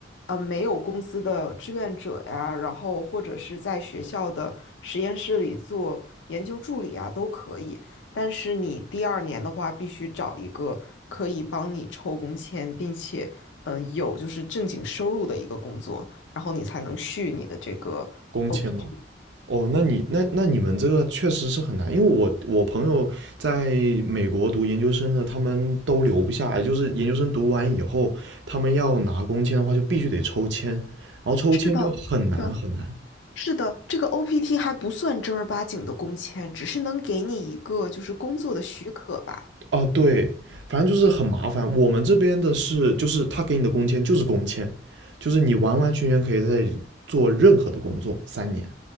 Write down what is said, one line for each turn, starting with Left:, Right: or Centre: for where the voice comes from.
Left: 呃，没有公司的志愿者呀，然后或者是在学校的实验室里做研究助理啊，都可以。但是你第二年的话，必须找一个可以帮你抽工签，并且。嗯，有就是正经收入的一个工作，然后你才能续你的这个
Right: 工签吗？
Left: OPT。
Right: 哦，那你那那你们这个确实是很难，因为我我朋友在美国读研究生的，他们都留不下来，就是研究生读完以后，他们要拿工签的话，就必须得抽签，然后抽签就很难很难。
Left: 是的，是的，是的，这个 OPT 还不算正儿八经的工签，只是能给你一个就是工作的许可吧，
Right: 啊，对，反正就是很麻烦。我们这边的是，就是他给你的工签就是工签，就是你完完全全可以在这里做任何的工作三年。